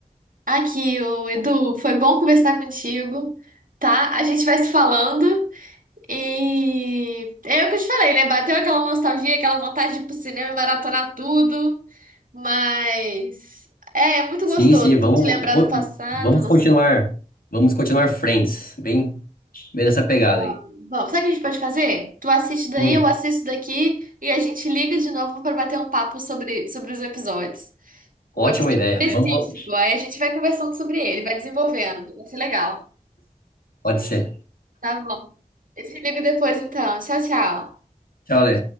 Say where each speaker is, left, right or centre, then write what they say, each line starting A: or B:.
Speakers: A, on the right; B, on the left.
A: Aqui, o Edu, foi bom conversar contigo, tá? A gente vai se falando e é o que eu te falei, né? Bateu aquela nostalgia, aquela vontade de ir pro cinema e maratonar tudo, mas é, é muito
B: Sim,
A: gostoso
B: sim,
A: a
B: vamos,
A: gente lembrar
B: co-
A: do passado,
B: vamos continuar. Vamos continuar Friends. Bem, bem nessa pegada
A: Vamos,
B: aí.
A: vamos. Sabe o que a gente pode fazer? Tu assiste daí,
B: Hum,
A: eu assisto daqui e a gente liga de novo para bater um papo sobre, sobre os episódios.
B: ótima
A: Um episódio
B: ideia.
A: É, específico.
B: Vamos.
A: Aí a gente vai conversando sobre ele, vai desenvolvendo. Vai ser legal.
B: Pode ser.
A: Tá bom. Eu te ligo depois, então. Tchau, tchau.
B: Tchau, Lê.